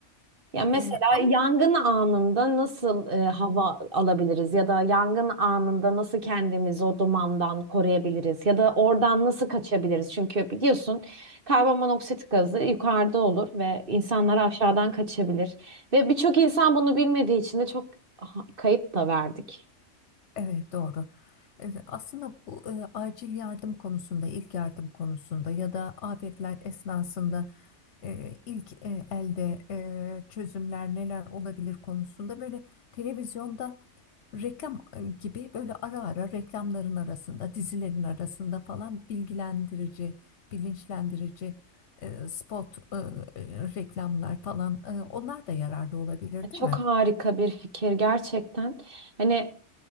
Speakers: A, on the right; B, on the left.
A: Ya mesela
B: E, ama
A: yangın anında nasıl e, hava alabiliriz ya da yangın anında nasıl kendimizi o dumandan koruyabiliriz ya da oradan nasıl kaçabiliriz? Çünkü biliyorsun karbonmonoksit gazı yukarıda olur ve insanlar aşağıdan kaçabilir ve birçok insan bunu bilmediği için de çok ha- kayıp da verdik.
B: Evet doğru. Evet, aslında bu e, acil yardım konusunda, ilk yardım konusunda ya da afetler esnasında e, ilk e, elde e, çözümler neler olabilir konusunda böyle televizyonda reklam gibi böyle ara ara reklamların arasında, dizilerin arasında falan bilgilendirici, bilinçlendirici e, spot e, e, reklamlar falan e, onlar da yararlı olabilir,
A: E, Çok
B: değil mi?
A: harika bir fikir gerçekten. Hani